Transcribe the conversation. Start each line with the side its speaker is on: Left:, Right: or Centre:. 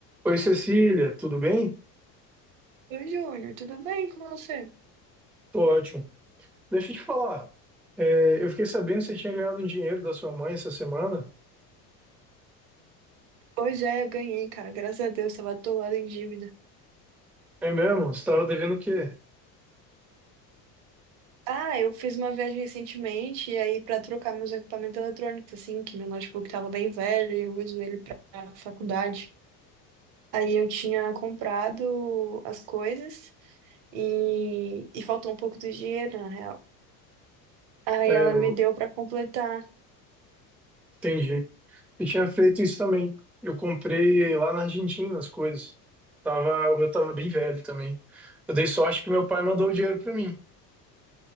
Centre: Oi, Cecília, tudo bem?
Right: Oi, Júnior, tudo bem com você?
Centre: Tô ótimo. Deixa eu te falar. é, eu fiquei sabendo que você tinha ganhado um dinheiro da sua mãe essa semana.
Right: Pois é, ganhei, cara. Graças a Deus, tava atolado em dívida.
Centre: É mesmo? Você estava devendo o quê?
Right: Ah, eu fiz uma viagem recentemente e aí pra trocar meus equipamentos eletrônicos, assim, que meu notebook tava bem velho e eu uso ele pra faculdade. Aí eu tinha comprado as coisas e, e faltou um pouco do dinheiro, na real. Aí
Centre: É,
Right: ela
Centre: eu
Right: me deu pra completar.
Centre: entendi. Eu tinha feito isso também. Eu comprei lá na Argentina as coisas. Tava, o meu tava bem velho também. Eu dei sorte que meu pai mandou o dinheiro para mim.